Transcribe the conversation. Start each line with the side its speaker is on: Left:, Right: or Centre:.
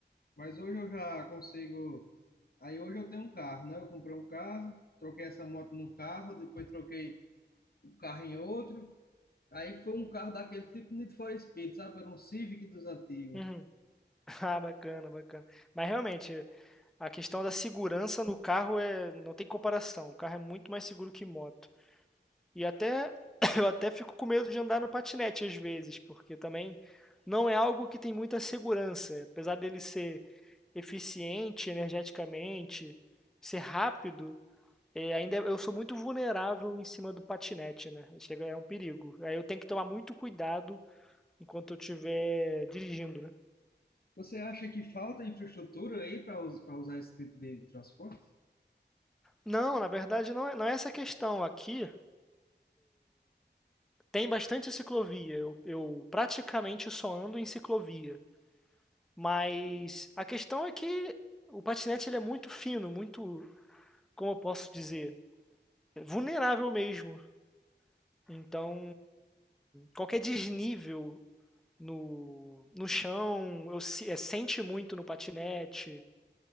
Left: mas hoje eu já consigo. Aí hoje eu tenho um carro, né? Eu comprei um carro, troquei essa moto num carro, depois troquei o carro em outro. Aí foi um carro daquele tipo Need for Speed, sabe? Era um Civic dos antigos.
Centre: Uhum. <laughs> Ah, bacana, bacana. Mas realmente, a questão da segurança no carro é, não tem comparação. O carro é muito mais seguro que moto. E até <coughs> <clears throat> eu até fico com medo de andar no patinete às vezes, porque também não é algo que tem muita segurança, apesar dele ser eficiente energeticamente, ser rápido, é, ainda eu sou muito vulnerável em cima do patinete, né? Chega, é um perigo. Aí eu tenho que tomar muito cuidado enquanto eu estiver dirigindo, né?
Left: Você acha que falta infraestrutura aí para usar esse tipo de transporte?
Centre: Não, na verdade não é, não é essa a questão. Aqui tem bastante ciclovia. Eu, eu praticamente só ando em ciclovia. Mas a questão é que o patinete ele é muito fino, muito, como eu posso dizer, vulnerável mesmo. Então, qualquer desnível no, no chão, eu, se- é, sente muito no patinete.